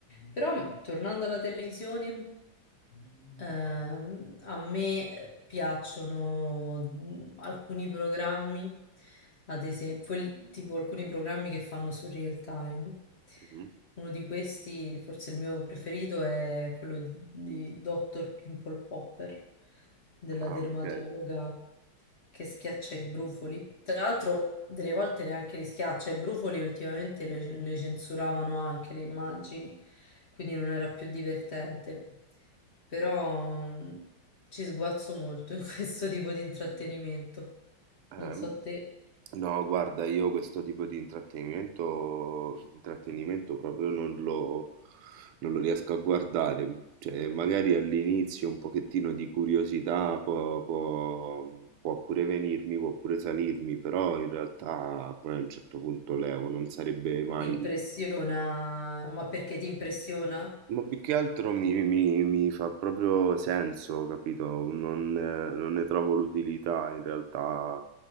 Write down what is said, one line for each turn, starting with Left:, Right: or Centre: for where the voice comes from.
Left: Però, tornando alla televisione. Ehm, a me eh, piacciono mm, alcuni programmi, ad esempio, quel, tipo alcuni programmi che fanno su real time.
Right: Mhm.
Left: Uno di questi, forse il mio preferito, è quello di Dr. Pimple Popper, della
Right: Ah,
Left: dermatologa
Right: ok.
Left: che schiaccia i brufoli. Tra l'altro, delle volte neanche li schiaccia, i brufoli ultimamente le, le censuravano anche le immagini, quindi non era più divertente però mm, ci sguazzo molto in <laughs> questo tipo di intrattenimento.
Right: Ehm,
Left: Non so te,
Right: No, guarda, io questo tipo di intrattenimento, di intrattenimento proprio non lo, non lo riesco a guardare. Cioè, magari all'inizio un pochettino di curiosità può, può- può pure venirmi, può pure salirmi, però in realtà poi a un certo punto levo, non sarebbe mai...
Left: ti impressiona, ma perché ti impressiona?
Right: Ma più che altro mi, mi- mi fa proprio senso, capito? Non, eh, non ne trovo l'utilità in realtà